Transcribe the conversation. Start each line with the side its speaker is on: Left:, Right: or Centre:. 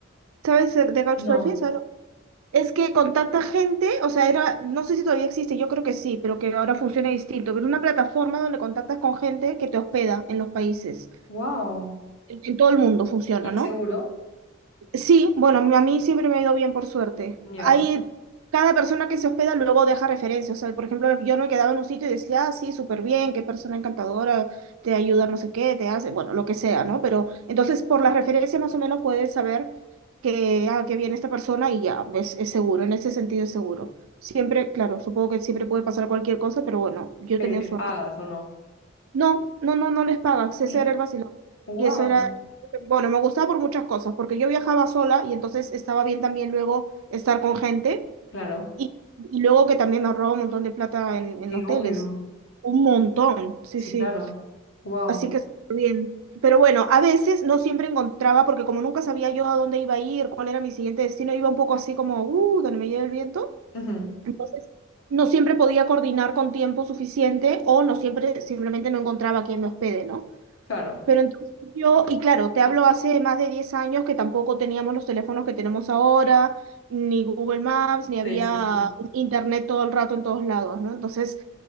Right: ¿Sabes de de couchsurfing?
Left: No.
Right: ¿Sabes lo que- Es que contacta gente, o sea, era, no sé si todavía existe, yo creo que sí, pero que ahora funciona distinto. Pero una plataforma donde contactas con gente que te hospeda en los países.
Left: Wow.
Right: En, en todo el mundo funciona,
Left: ¿Y es
Right: ¿no?
Left: seguro?
Right: Sí, bueno, a mí siempre me ha ido bien, por suerte.
Left: Ya.
Right: Hay, cada persona que se hospeda luego deja referencias. O sea, por ejemplo, yo me quedaba en un sitio y decía, ah, sí, súper bien, qué persona encantadora, te ayuda, no sé qué, te hace, bueno, lo que sea, ¿no? Pero entonces, por las referencias más o menos puedes saber que, ah, que viene esta persona y ya, ves, es seguro, en ese sentido es seguro. Siempre, claro, supongo que siempre puede pasar cualquier cosa, pero bueno, yo
Left: ¿Pero
Right: he tenido
Left: eres
Right: suerte.
Left: pagas o no?
Right: No, no, no, no les pagas, ese
Left: Sí.
Right: era el vacilón.
Left: Wow.
Right: Y eso era, bueno, me gustaba por muchas cosas, porque yo viajaba sola y entonces estaba bien también luego estar con gente
Left: Claro.
Right: y, y luego que también ahorraba un montón de plata en, en
Left: Sí,
Right: hoteles,
Left: obvio.
Right: un montón, sí,
Left: Sí,
Right: sí.
Left: claro. Wow.
Right: Así que, pero bueno, a veces no siempre encontraba, porque como nunca sabía yo a dónde iba a ir, cuál era mi siguiente destino, iba un poco así como, uh, donde me lleve el viento.
Left: Ujú,
Right: Entonces, no siempre podía coordinar con tiempo suficiente o no siempre, simplemente no encontraba a quien me hospede, ¿no?
Left: Claro.
Right: Pero entonces yo, y claro, te hablo hace más de 10 años que tampoco teníamos los teléfonos que tenemos ahora, ni Google Maps, ni había
Left: Sí, sí, sí.
Right: internet todo el rato en todos lados, ¿no? Entonces,